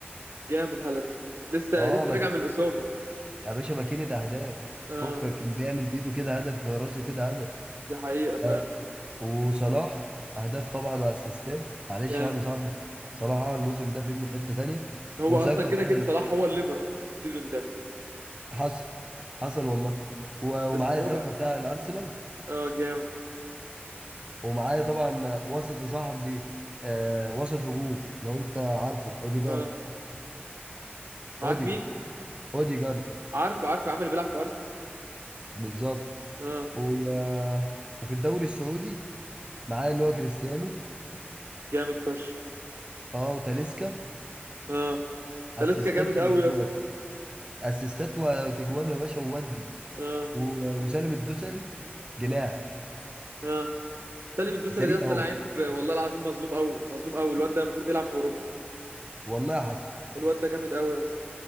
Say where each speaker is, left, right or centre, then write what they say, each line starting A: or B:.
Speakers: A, on the right; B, on the right.
A: جامد هالاند لسه
B: اه
A: لسه
B: مك...
A: راجع من الإصابة
B: يا باشا ماكينة اهداف
A: اه
B: فكك كان بيعمل بيده كده هدف راسه كده هدف
A: دي حقيقة فعلا
B: آه، وصلاح اهداف طبعا واسيستات معلش
A: جامد
B: انا صعب صلاح اه الموسم ده في ابني في حتة تانية
A: هو
B: وساكا
A: أصلا كده
B: بتاع
A: كده صلاح
B: لا
A: هو الليفر السيزون ده
B: حصل حصل والله و- ومعايا
A: بس هو
B: ساكا
A: بقى
B: بتاع الارسنال
A: اه جامد
B: ومعايا طبعا وسط صاحبي آه، وسط هجوم لو انت عارفه اوديجارد
A: اه معاك
B: اوديجارد
A: مين؟
B: اوديجارد
A: عارفه عارفه عامل اللي بيلعب في أرسنال
B: بالظبط
A: اه
B: هو وفي الدوري السعودي معاه اللي هو كريستيانو
A: جامد فشخ
B: اه وتاليسكا
A: اه
B: اسيستات
A: تاليسكا جامد قوي
B: وتجوان
A: يا اسطى
B: اسيستات وتجوان يا باشا وودي
A: اه
B: و- وسالم الدوسري جناح
A: اه سالم الدوسري
B: سريع
A: ده يا اسطى
B: هو
A: لعيب والله العظيم مظلوم قوي مظلوم قوي الواد ده المفروض يلعب في أوروبا
B: والله حصل
A: الواد ده جامد قوي يا اسطى